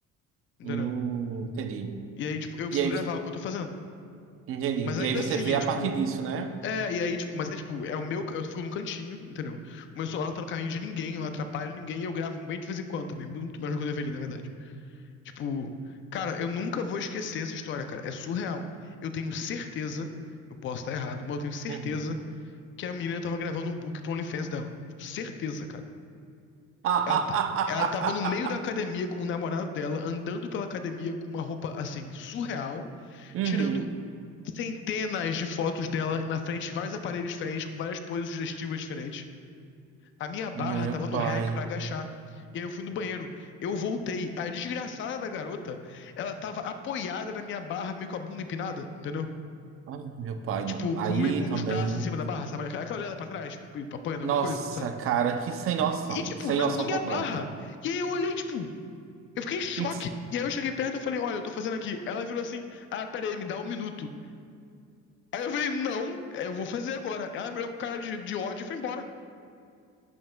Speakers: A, on the left; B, on the right.
A: entendeu?
B: Hum, entendi.
A: E aí, tipo, eu
B: E
A: preciso
B: aí,
A: gravar o que eu tô fazendo.
B: entendi.
A: Mas ainda
B: E aí você
A: assim,
B: vê
A: é
B: a
A: tipo.
B: partir disso, né?
A: É, e aí, tipo, mas é tipo, é o meu. Eu fico num cantinho, entendeu? O meu celular não tá no caminho de ninguém, eu não atrapalho ninguém, e eu gravo bem de vez em quando também. Muito mais do que eu deveria, na verdade. Tipo, cara, eu nunca vou esquecer essa história, cara. É surreal. Eu tenho certeza, eu posso estar errado, mas eu tenho certeza
B: Uhum.
A: que a menina tava gravando um book pro OnlyFans dela. Certeza, cara.
B: <laughs>
A: Ela, ta- ela tava no meio da academia com o namorado dela, andando pela academia com uma roupa, assim, surreal,
B: Uhum.
A: tirando centenas de fotos dela na frente de vários aparelhos diferentes, com várias poses sugestivas diferentes. A minha barra
B: Meu
A: tava no
B: pai.
A: rack pra agachar. E aí eu fui no banheiro. Eu voltei. A desgraçada da garota, ela tava apoiada na minha barra, meio com a bunda empinada, entendeu?
B: Ai, meu pai,
A: Tipo,
B: não.
A: com,
B: Aí
A: meio com
B: também.
A: os braços em cima da barra, sabe? Aquela aquela olhada pra trás, tipo, apoiando
B: Nossa,
A: alguma coisa, sabe?
B: cara, que sem noção.
A: E, tipo,
B: Sem
A: na
B: noção
A: minha
B: completa.
A: barra. E aí eu olhei, tipo, eu fiquei em choque.
B: <laughs>
A: E aí eu cheguei perto e falei, olha, eu tô fazendo aqui. Ela virou assim, ah, peraí, me dá um minuto. Aí eu falei, não, é, eu vou fazer agora. Ela me olhou com cara de, de ódio e foi embora.